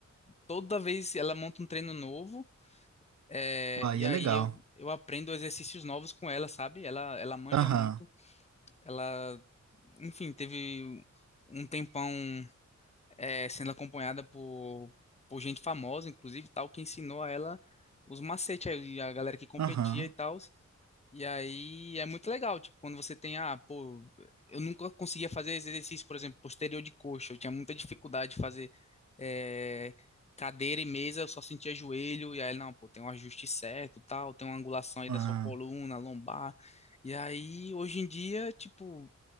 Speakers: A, on the left; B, on the right.
A: toda vez ela monta um treino novo, é,
B: Aí
A: e aí
B: é legal.
A: eu, eu aprendo exercícios novos com ela, sabe? Ela, ela manja
B: Aham,
A: muito, ela, enfim, teve um tempão é, sendo acompanhada por, por gente famosa, inclusive, tal, que ensinou a ela os macetes, aí, a galera que competia
B: aham,
A: e tal. E aí é muito legal, tipo, quando você tem, ah, pô, eu nunca conseguia fazer esse exercício, por exemplo, posterior de coxa, eu tinha muita dificuldade de fazer eh, cadeira e mesa, eu só sentia joelho, e aí, não, pô, tem um ajuste certo, tal, tem uma angulação aí
B: aham.
A: da sua coluna, lombar. E aí, hoje em dia, tipo,